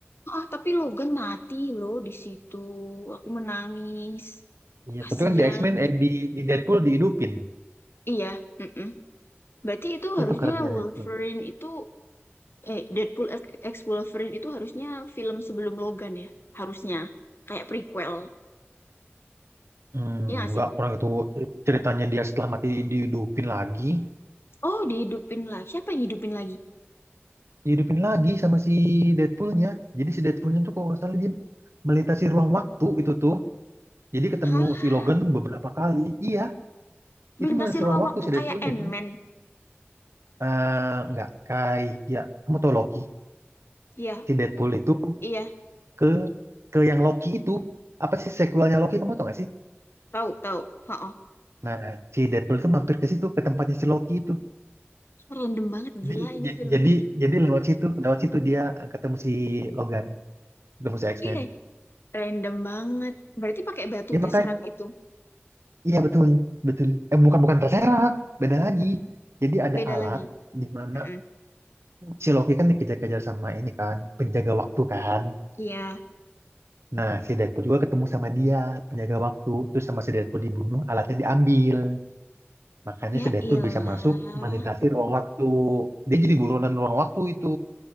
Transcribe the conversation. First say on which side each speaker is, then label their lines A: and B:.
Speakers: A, on the left; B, on the right.
A: ah tapi Logan mati loh di situ. Aku menangis.
B: Iya,
A: Kasian.
B: tapi kan di X-Men eh di di Deadpool dihidupin.
A: Iya, mm-mm. Berarti itu harusnya
B: Itu kerennya
A: Wolverine
B: Deadpool.
A: itu eh Deadpool X X Wolverine itu harusnya film sebelum Logan ya harusnya kayak prequel
B: Hmm,
A: ya gak
B: nggak
A: sih
B: kurang itu ceritanya dia setelah mati dihidupin lagi,
A: oh dihidupin lagi siapa yang hidupin lagi
B: dihidupin lagi sama si Deadpoolnya. Jadi si Deadpoolnya tuh kalau nggak salah dia melintasi ruang waktu itu tuh. Jadi ketemu
A: hah
B: si Logan beberapa kali. Iya,
A: melintasi
B: itu melintasi
A: ruang
B: ruang waktu
A: waktu
B: si Deadpoolnya
A: kayak Ant-Man
B: itu. Eh, nggak kayak kamu tau Loki.
A: iya
B: Si Deadpool itu
A: iya
B: ke ke yang Loki itu apa sih sequelnya Loki kamu tau nggak sih?
A: tahu tahu oh
B: Nah, si Deadpool itu mampir ke situ ke tempatnya si Loki itu.
A: random banget gila
B: Jadi,
A: ini
B: j-
A: filmnya
B: jadi jadi lewat situ, lewat situ dia ketemu si Logan, ketemu si X-Men.
A: Iya, random banget berarti pakai batu
B: Ya makanya,
A: Tesseract itu
B: iya betul, betul. Eh bukan bukan terserak, beda lagi. Jadi ada
A: beda
B: alat
A: lagi
B: di mana
A: Mm-mm.
B: si Loki kan dikejar-kejar sama ini kan, penjaga waktu kan.
A: iya
B: Nah, si Deadpool juga ketemu sama dia, penjaga waktu. Terus sama si Deadpool dibunuh, alatnya diambil. Makanya
A: ya
B: si Deadpool
A: ilah
B: bisa masuk melintasi ruang waktu. Dia jadi buronan ruang waktu itu.